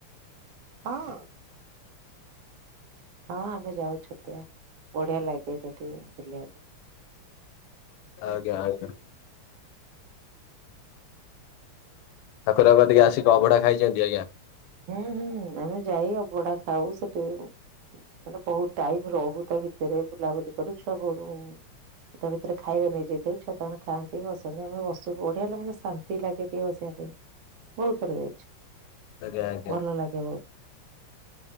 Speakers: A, on the right; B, on the left.
A: ହଁ। ହଁ ଆମେ ଯାଉ ଛତିଆ ବଢିଆ ଲାଗେ ସେଠି ବୁଲିବାକୁ।
B: ଆଜ୍ଞା ଆଜ୍ଞା। ପାଖୁରାବାଦିକୁ ଆସିକି ଅଭଢା ଖାଇଛନ୍ତି ଆଜ୍ଞା?
A: ହୁଁ ହୁଁ ଆମେ ଯାଇ ଅବଢା ଖାଉ ସେଟି ମାନେ ବୋହୁତ ଟାଇମ୍ ରହୁ ତା ଭିତରେ ବୁଲାବୁଲି କରୁ ଛୁଆ ବୋହୁତୁ ତା ଭିତରେ ଖାଇବେ ନେଇ ଯାଇଥିବୁ ଛୁଆ ତାଙ୍କର ଖାନ୍ତି ବସନ୍ତି ଆମେ ବସୁ ବଢିଆ ହେଲେ ମାନେ ଶାନ୍ତି ଲାଗେ ଟିକେ ବସିବା ବୋହୁତ ଥରେ ଯାଇଚୁ।
B: ଆଜ୍ଞା ଆଜ୍ଞା
A: ଭଲ ଲାଗେ ବୋହୁତ।